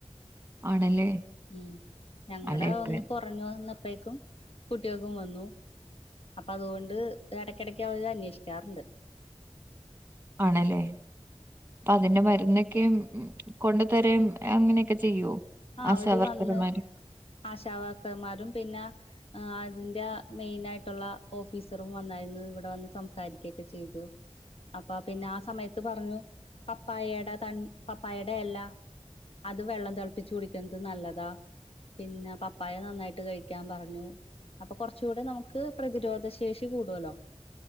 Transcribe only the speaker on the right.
ആണല്ലേ
അല്ലെ ഇപ്പ
ആണല്ലേ അപ്പൊ അതിന്റെ മരുന്നെ ക്കെയും കൊണ്ടു തരേയും അങ്ങനെയൊക്കെ ചെയ്യോ
ആശാവർക്കർമാര്